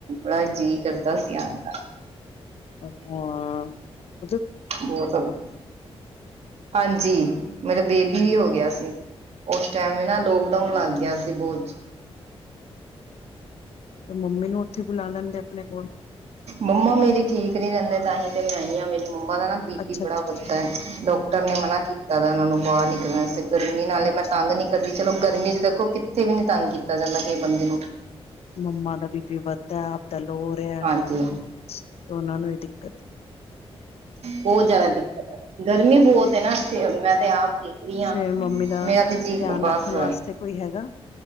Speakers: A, on the right; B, on the left.
A: ਦਾ ਜੀਅ ਕਰਦਾ ਸੀ ਆਣ ਦਾ,
B: ਅੱਛਾ,
A: ਬਹੁਤ, ਹਾਂਜੀ ਮਤਲਬ ਬੇਬੀ ਵੀ ਹੋ ਗਿਆ ਸੀ, ਉਸ ਟਾਈਮ ਵੀ ਨਾ ਲੋਕਡਾਊਨ ਲੱਗ ਗਿਆ ਸੀ, ਬਹੁਤ
B: ਮੰਮੀ ਨੂੰ ਉੱਥੇ ਬੁਲਾ ਲੈਂਦੇ। ਆਪਣੇ ਕੋਲ
A: ਮੰਮਾ ਮੇਰੀ ਠੀਕ ਨੀ ਰਹਿੰਦੇ, ਤਾਂਹੀ ਤੇ ਮੈਂ ਆਈ ਆ ਮੇਰੀ ਮੰਮਾ, ਦਾ ਨਾ ਬੀ
B: ਅੱਛਾ
A: ਪੀ ਬੜਾ
B: ਅੱਛਾ ਅੱਛਾ
A: ਵੱਦਾ
B: ਅੱਛਾ
A: ਐ, ਡਾਕਟਰ ਨੇ ਮਨਾ ਕੀਤਾ ਦਾ ਉਹਨਾਂ ਨੂੰ ਬਾਹਰ ਨਿਕਲਣ ਵਾਸਤੇ ਗਰਮੀ ਨਾਲੇ
B: ਅੱਛਾ
A: ਮੈਂ ਤੰਗ ਨੀ ਕਰਦੀ ਚਲੋ ਗਰਮੀ ਚ ਦੇਖੋ, ਕਿੱਥੇ ਵੀ ਨੀ ਤੰਗ ਕੀਤਾ ਜਾਂਦਾ ਕਈ ਬੰਦੇ ਨੂੰ।
B: ਮੰਮਾ ਦਾ ਬੀ ਪੀ ਵੱਧਦਾ ਆਪਦਾ ਲੋ ਰਿਹਾ,
A: ਹਾਂਜੀ
B: ਤੇ ਉਹਨਾਂ ਨੂੰ ਵੀ ਦਿੱਕਤ
A: ਬਹੁਤ ਜ਼ਿਆਦਾ ਦਿੱਕਤ ਹੈ, ਗਰਮੀ ਬਹੁਤ ਐ ਮੈਂ ਤੇ ਆਪ ਦੇਖ ਰਹੀ ਆ,
B: ਫੇਰ
A: ਹਾਂ
B: ਮੰਮੀ ਦਾ
A: ਮੇਰਾ ਤੇ ਜੀ
B: ਧਿਆਨ
A: ਬਸ
B: ਰੱਖਣ ਵਾਸਤੇ ਕੋਈ ਹੈਗਾ